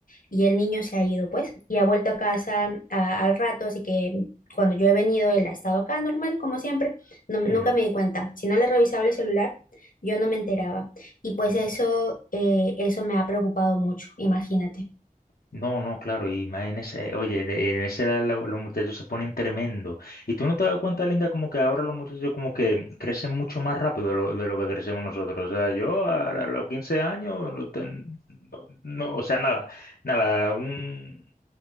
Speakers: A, on the left; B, on the left.
A: y el niño se ha ido, pues, y ha vuelto a casa mm, a- al rato, así que cuando yo he venido, él ha estado acá normal, como siempre, no, nunca
B: ujú.
A: me di cuenta. Si no le revisaba el celular, yo no me enteraba. Y pues eso, eh, eso me ha preocupado mucho, imagínate.
B: No, no, claro, y más en ese, oye, de- en esa edad lo- los muchachos se ponen tremendo. Y tú no te das cuenta, Linda, como que ahora los muchachos como que crecen mucho más rápido de lo, de lo que crecemos nosotros. O sea, yo a, a los 15 años, no, ten- no- no, o sea, nada, nada, un,